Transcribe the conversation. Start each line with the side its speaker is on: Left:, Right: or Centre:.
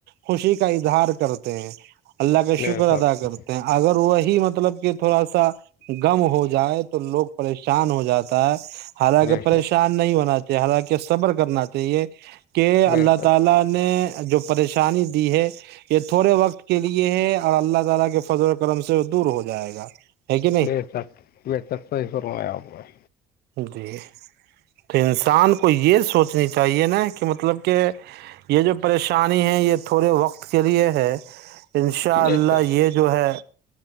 Right: خوشی کا اظہار کرتے ہیں اللہ کا
Left: بے
Right: شکر
Left: شک
Right: ادا کرتے ہیں اگر وہی ہی مطلب کہ تھوڑا سا گم ہو جائے تو تو لوگ پریشان ہو جاتا ہے حالانکہ
Left: بے
Right: پریشان
Left: شک
Right: نہیں ہونا حالانکہ صبر کرنا تھے یہ کے الله
Left: بے شک
Right: تھلا نے جو پریشانی دی ہے یہ تھوڑے وقت کے لیے ہے اور اللہ تعالی کے فضل و کرم سے دور ہو جائے گا ہے کہ نہیں
Left: بے سٹ بی سک صحی سرو میں آپ کو <inaudible>
Right: جی تو انسان کو یہ سوچنی چاہیے نا کہ مطلب کہ یہ جو پریشانی ہے یہ تھوڑے وقت کے لیے ہے انشاء اللہ
Left: بے شک
Right: یہ جو ہے